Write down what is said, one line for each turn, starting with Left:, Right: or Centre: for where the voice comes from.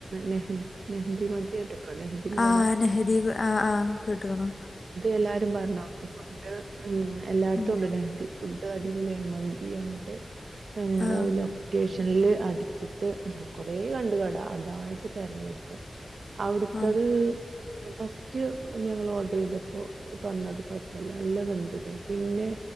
Right: നെഹ് നെഹന്ദി മന്തി കേട്ട്ക്ക്ണോ നെഹന്ദീന്റെ
Left: ആഹ്
Right: കടാ
Left: നെഹദി ആഹ് ആഹ് കേട്ട്ക്ക്ണ്
Right: എല്ലാരും പർഞ്ഞൊട്ത്തെ ഫുഡ് ഉം എല്ലാട്ത്തുണ്ട്
Left: ഉം
Right: നെഹന്ദി ഫുഡ് അടിപൊളിയാണ് മന്തി പർഞ്ഞിട്ട് ഞങ്ങളെ
Left: ആഹ്
Right: ലൊക്കേഷൻ ന്ല് അടിച്ചിട്ട് കൊറെ കണ്ടു കട അതായിട്ട് തെർഞ്ഞെട്ത്ത് അവിട്ത്തത്
Left: ആഹ്
Right: ഫസ്റ്റ് ഞങ്ങള് ഓർഡർ ചെയ്ത അപ്പോ വന്നത് കൊഴപ്പല്ല നല്ല വെന്തത് പിന്നെ